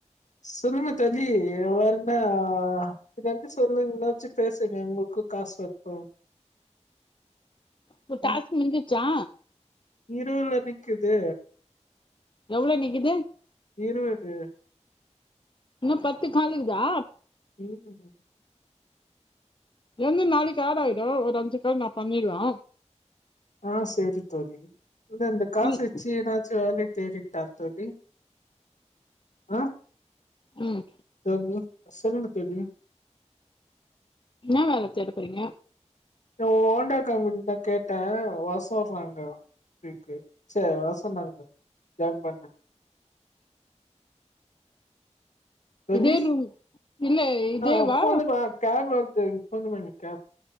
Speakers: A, on the left (about 80°); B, on the left (about 45°).
A: சொல்லு <unintelligible> ஆ எதாச்சி சொல்லுங்னாச்சி பேசுங்க உங்ளுக்கு காசு வரட்டு
B: உங்க டாஸ்க்
A: ம்
B: முஞ்சிருச்சா
A: இருவதுல நிக்குது
B: எவ்ளோ நிக்குது
A: இருவது
B: இன்னு பத்து காலிக்குதா
A: <unintelligible>
B: என்து நாளைக்கு ஆடா யிடு ஒரு அஞ்சு கால் நா பண்ணிருவே
A: ஆ சேரி தோழி இ இந்த காசு
B: ம்
A: வெச்சு எதாச்சு வாங் தேறிட்டா தோழி ஆ
B: ம்
A: <unintelligible> சொல்லுங்க தோழி
B: ன்னா வேல தேடப்போறீங்க
A: இந்த ஓண்டா கம்பெணிதா கேட்டே வர சொல்றாங்க இருக்கு சேரி வர சொன்னாங்க ஜாயின் பண்ண தோழி
B: இதே ரூம் இல்ல இதேவா
A: ஆ ஆ ஃபோனு <unintelligible> கேப் வந்திருக்